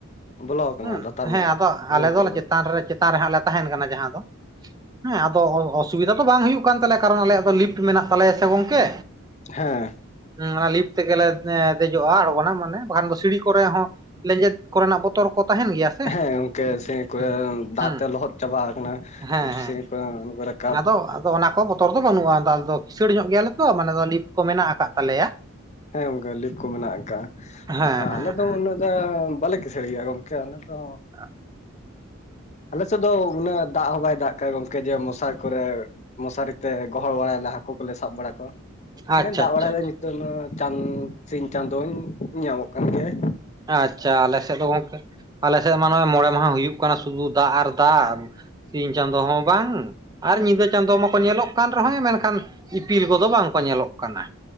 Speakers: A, on the left; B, on the right.
A: ᱵᱚᱞᱚ ᱟᱠᱟᱱᱟ
B: ᱦᱩᱸ,
A: ᱞᱟᱛᱟᱨ ᱨᱮᱱᱟᱜ
B: ᱦᱮᱸ ᱟᱫᱚᱜ
A: ᱨᱩᱢ
B: ᱟᱞᱮ
A: ᱠᱚᱨᱮ
B: ᱫᱚᱞᱮ
A: ᱫᱚ
B: ᱪᱮᱛᱟᱱ ᱨᱮ ᱪᱮᱛᱟᱱ ᱨᱮ ᱦᱟᱸᱜ ᱞᱮ ᱛᱟᱦᱮᱱ ᱠᱟᱱᱟ ᱡᱟᱦᱟᱸ ᱫᱚ᱾ ᱦᱮᱸ ᱟᱫᱚ ᱦᱚ ᱦᱚᱥ- ᱥᱩᱵᱤᱫᱷᱟ ᱫᱚ ᱵᱟᱝ ᱦᱩᱭᱩᱜ ᱠᱟᱱ ᱛᱟᱞᱮᱭᱟ ᱠᱟᱨᱚᱱ ᱟᱞᱮᱭᱟᱜ ᱫᱚ ᱞᱤᱯᱷᱴ ᱢᱮᱱᱟᱜ ᱛᱟᱞᱮᱭᱟ ᱥᱮ ᱜᱚᱝᱠᱮ᱾
A: ᱦᱮᱸ
B: ᱮᱸ ᱞᱤᱯᱷ ᱛᱮᱜᱮᱞᱮ ᱮᱸ ᱫᱮᱡᱚᱜᱼᱟ ᱟᱬᱜᱚᱱᱟ ᱢᱟᱱᱮ ᱵᱟᱠᱷᱟᱱ ᱫᱚ ᱥᱤᱲᱤ ᱠᱚᱨᱮ ᱦᱚᱸ ᱞᱮᱸᱡᱮᱫ ᱠᱚᱨᱮᱱᱟᱜ ᱵᱚᱛᱚᱨ ᱠᱚ ᱛᱟᱦᱮᱱ ᱜᱮᱭᱟ ᱥᱮ
A: ᱦᱮᱸ ᱜᱚᱝᱠᱮ ᱥᱤᱬᱤ ᱠᱚᱨᱮᱻᱩᱸ
B: ᱦᱮᱸ
A: ᱫᱟᱜ
B: ᱦᱮᱸ
A: ᱛᱮ ᱞᱚᱦᱚᱫ ᱪᱟᱵᱟ ᱦᱟᱠᱟᱱᱟ,
B: ᱦᱮᱸ ᱦᱮᱸ
A: ᱥᱤᱬᱤ ᱠᱚ ᱟᱬᱜᱚ ᱨᱟᱠᱟᱵ
B: ᱟᱫᱚ ᱟᱫᱚ ᱚᱱᱟ ᱠᱚ ᱵᱚᱛᱚᱨ ᱫᱚ ᱵᱟᱹᱱᱩᱜᱼᱟ ᱛᱚ ᱚᱱᱟ ᱠᱚ ᱵᱚᱛᱚᱨ ᱫᱚ ᱵᱟᱹᱱᱩᱜᱼᱟ, ᱟᱫᱚ ᱟᱞᱮ ᱫᱚ ᱠᱤᱥᱟᱹᱲ ᱧᱚᱜ ᱜᱮᱭᱟᱞᱮ ᱛᱚ ᱢᱟᱱᱮ ᱫᱚ ᱞᱤᱯᱷᱴ ᱠᱚ ᱢᱮᱱᱟᱜ ᱟᱠᱟᱫ ᱛᱟᱞᱮᱭᱟ,
A: ᱦᱮᱸ ᱜᱚᱝᱠᱮ ᱞᱤᱯᱷ ᱠᱚ ᱢᱮᱱᱟᱜ ᱟᱠᱟᱜᱼᱟ,
B: ᱦᱮᱸ
A: ᱟᱸ
B: ᱦᱮᱸ
A: ᱟᱞᱮ ᱫᱚ
B: ᱦᱮᱸ
A: ᱩᱱᱟᱹ ᱟᱸ ᱵᱟᱞᱮ ᱠᱤᱥᱟᱹᱲ ᱜᱮᱭᱟ ᱜᱚᱝᱠᱮ, ᱟᱞᱮ ᱫᱚ
B: ᱦᱟᱸᱜ
A: ᱟᱞᱮᱥᱮᱫ ᱫᱚ ᱩᱱᱟᱹᱜ ᱫᱟᱜ ᱦᱚᱸ ᱵᱟᱭ ᱫᱟᱜ ᱠᱟᱜᱼᱟ, ᱜᱚᱝᱠᱮ ᱡᱮ ᱢᱚᱥᱟᱨᱤ ᱠᱚᱨᱮ ᱢᱚᱥᱟᱨᱤ ᱛᱮ ᱜᱚᱦᱚᱲ ᱵᱟᱲᱟᱭ ᱞᱟᱦᱟ ᱦᱟᱹᱠᱩ ᱠᱚᱞᱮ ᱥᱟᱵ ᱵᱟᱲᱟ ᱠᱚᱣᱟ᱾
B: ᱟᱪᱪᱷᱟ
A: ᱮᱸ ᱫᱟᱜ ᱵᱟᱲᱟᱭ
B: ᱟᱪᱪᱷᱟ
A: ᱮᱫᱟᱭ ᱱᱤᱛᱚᱜ ᱱᱚᱜᱼᱚᱭ ᱪᱟᱸᱫ ᱥᱤᱧ ᱪᱟᱸᱫᱳ ᱧᱟᱢᱚᱜ ᱠᱟᱱ ᱜᱮᱭᱟᱭ᱾
B: ᱟᱪᱪᱷᱟ ᱟᱞᱮ ᱥᱮᱫ ᱫᱚ ᱜᱚᱝᱠᱮ, ᱟᱞᱮᱥᱮᱫ ᱢᱟ ᱱᱚᱜᱼᱚᱭ ᱢᱚᱬᱮ ᱢᱟᱦᱟ ᱦᱩᱭᱩᱜ ᱠᱟᱱᱟ ᱥᱩᱫᱩ ᱫᱟᱜ ᱟᱨ ᱫᱟᱜ, ᱥᱤᱧ ᱪᱟᱸᱫᱳ ᱦᱚᱸ ᱵᱟᱝ, ᱟᱨ ᱧᱤᱫᱟᱹ ᱪᱟᱸᱫᱳ ᱢᱟᱠᱚ ᱧᱮᱞᱚᱜ ᱠᱟᱱ ᱨᱮᱦᱚᱸ ᱢᱮᱱᱠᱷᱟᱱ ᱤᱯᱤᱞ ᱠᱚᱫᱚ ᱵᱟᱝᱠᱚ ᱧᱮᱞᱚᱜ ᱠᱟᱱᱟ᱾